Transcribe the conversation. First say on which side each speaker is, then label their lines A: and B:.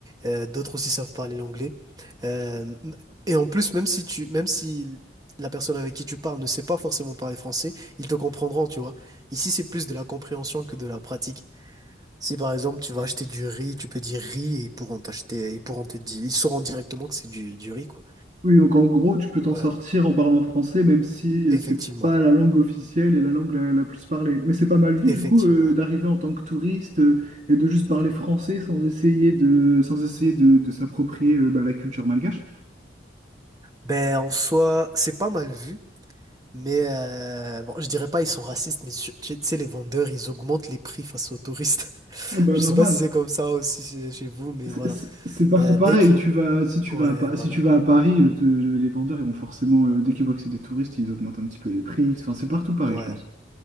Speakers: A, on the right; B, on the right.
A: euh, d'autres aussi savent parler l'anglais. Euh, et en plus, même si tu, même si la personne avec qui tu parles ne sait pas forcément parler français, ils te comprendront, tu vois. Ici, c'est plus de la compréhension que de la pratique. Si par exemple tu vas acheter du riz, tu peux dire riz et ils pourront t'acheter, ils pourront te dire, ils sauront directement que c'est du, du riz, quoi.
B: Oui, donc en gros, tu peux t'en
A: Ouais,
B: sortir en parlant français, même si
A: effectivement,
B: euh, c'est pas la langue officielle et la langue la, la plus parlée. Mais c'est pas mal vu,
A: effectivement.
B: du coup, euh, d'arriver en tant que touriste euh, et de juste parler français sans essayer de, sans essayer de, de s'approprier euh, bah, la culture malgache.
A: Ben en soi, c'est pas mal vu. Mais euh, bon, je dirais pas ils sont racistes, mais tu tu sais, les vendeurs, ils augmentent les prix face aux touristes. <laughs>
B: Ah Bah,
A: Je
B: normal.
A: sais pas si c'est comme ça aussi chez chez vous, mais
B: C'est
A: voilà.
B: c'est- c'est partout
A: Euh,
B: pareil.
A: dès qu'ils...
B: Tu vas, si tu
A: Ouais,
B: vas à, Pa-
A: voilà.
B: si tu vas à Paris, le- te- les vendeurs, ils vont forcément, euh, dès qu'ils voient que c'est des touristes, ils augmentent un petit peu les prix. Enfin, c'est partout pareil,
A: Ouais.
B: je pense.